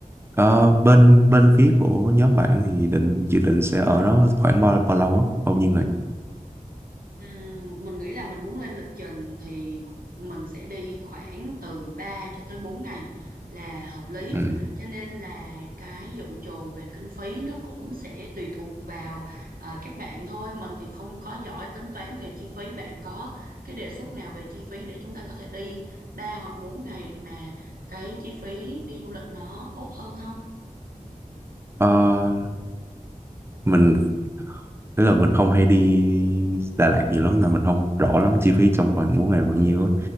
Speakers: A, on the right; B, on the right.
A: ờ, bên bên phía của nhóm bạn thì định dự định sẽ ở đó khoảng bao bao lâu á bao nhiêu ngày
B: Ừm, mình nghĩ là mình muốn lên lịch trình thì mình sẽ đi khoảng từ 3 cho tới 4 ngày là hợp lý.
A: ừ.
B: Cho nên là cái dự trù về kinh phí nó cũng sẽ tùy thuộc vào à, các bạn thôi. Mình thì không có giỏi tính toán về chi phí. Bạn có cái đề xuất nào về chi phí để chúng ta có thể đi 3 hoặc 4 ngày mà cái chi phí đi du lịch nó tốt hơn không?
A: Ờ, mình tức là mình không hay đi Đà Lạt nhiều lắm nên mình không rõ lắm chi phí trong vòng 4 ngày bao nhiêu á